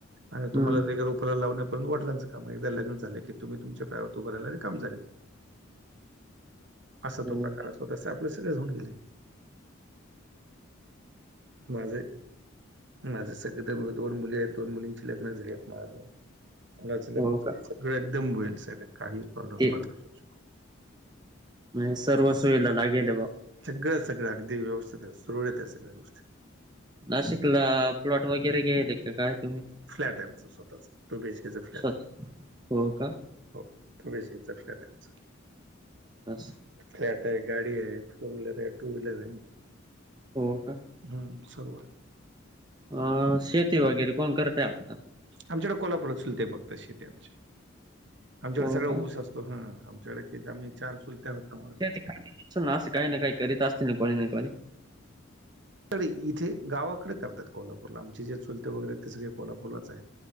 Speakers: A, on the right; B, on the right.
A: आणि तुम्हाला
B: हं.
A: रेगारूपेला लावण्यापर्यंत वडलांच क एकदा लग्न झाले की तुम्ही तुमच्या पायावर उभ रायला रिकामे झाले. असं
B: हो.
A: तो प्रकार असो तंस आपल्या सगळेच होऊन गेले. माझ. माझं सगळे तर दोन मुली आहेत दोन मुलींची लग्न झाली आहेत माझं. मुलाचं लग्न
B: हो
A: झालंय
B: का?
A: सगळं सगळे एकदम <unintelligible> काही प्रॉब्लेम
B: ते
A: पण नाही.
B: ना सर्व सोयला लागेल बा.
A: सगळं सगळं अगदी व्यवस्थित आहे सुरळीत आहे सगळ्या गोष्टी.
B: नाशिकला प्लॉट वगैरे घेल का काय तुम्ही.
A: फ्लॅट आहे आमचं स्वतःच टू बीएचकेचा फ्लॅट
B: स्वतः
A: आहे.
B: हो का
A: हो टू बीएचकीचा फ्लॅट आहे आमचा.
B: तास
A: फ्लॅट आहे गाडी आहे फोर व्हीलर आहे. टू व्हीलर आहे
B: हो का
A: हम्म सर्व आहे.
B: अ शेती वगैरे कोण करतय आता.
A: आमच्याकडे कोल्हापूरात चुलते बघतात शेते आमची आमच्याकडे
B: हो
A: सगळ
B: का
A: ऊस अस त हा आमच्याकडे आम्ही चार चुलत्या होत त्यामुळे.
B: अस नां काही ना काही करीत असतील ना कोणी ना कोणी.
A: डे इथे गावाकडे करतात कोल्हापूरला आमचे जे चुलते वगैरे आहेत ते सगळे कोल्हापूरलाच आहेत.